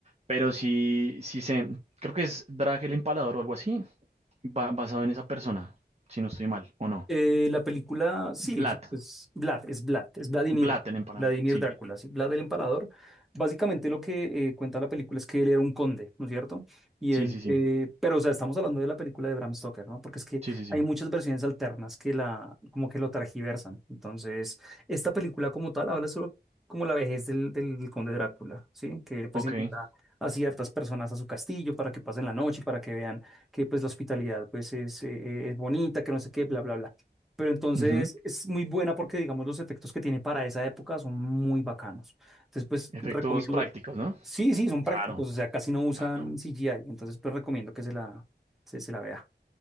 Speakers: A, on the right; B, in the centre.
A: Pero sí, sí sé, creo que es Drag el Empalador o algo así, ba- basado en esa persona, si no estoy mal, ¿o no?
B: Eh, la película, sí,
A: Vlad,
B: sí, pues Vlad, es Vlad, es Vladimir,
A: Vlad el Empalador,
B: Vladimir
A: sí,
B: Drácula, sí, Vlad el Empalador. Básicamente lo que eh, cuenta la película es que él era un conde, ¿no es cierto? Y
A: sí,
B: él,
A: sí, sí,
B: eh, pero o sea, estamos hablando de la película de Bram Stoker, ¿no? Porque es que
A: sí, sí, sí,
B: hay muchas versiones alternas que la, como que lo tergiversan. Entonces, esta película como tal habla sobre como la vejez del, del, conde Drácula, ¿sí? Que pues
A: ok.
B: invita a ciertas personas a su castillo para que pasen la noche y para que vean que pues la hospitalidad pues es, eh, eh, es bonita, que no sé qué, bla, bla, bla. Pero entonces
A: ujú.
B: es muy buena porque, digamos, los efectos que tiene para esa época son muy bacanos. Entonces, pues
A: Efectos
B: recomiendo.
A: prácticos, ¿no?
B: Sí, sí, son
A: Claro,
B: prácticos, o sea, casi no usan
A: claro.
B: CGI. Entonces, pues recomiendo que se la, se, se la vea.